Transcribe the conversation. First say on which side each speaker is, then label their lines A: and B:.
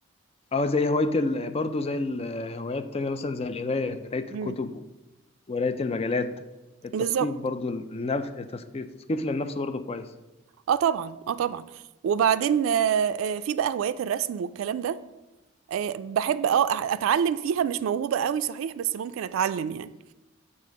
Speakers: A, on the left (about 30°); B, on the right (about 80°).
A: اه زي هوايه ال... برضه زي الهوايات التانية مثلا زي القرايه قرايه الكتب
B: امم
A: وقرايه المجلات التثقيف
B: بالظبط
A: برضه النفس التثقيف التثقيف للنفس برضه كويس
B: اه طبعا اه طبعا وبعدين آه آه، في بقى هوايات الرسم والكلام ده آه بحب اه أ- اتعلم فيها مش موهوبة قوي صحيح بس ممكن اتعلم يعني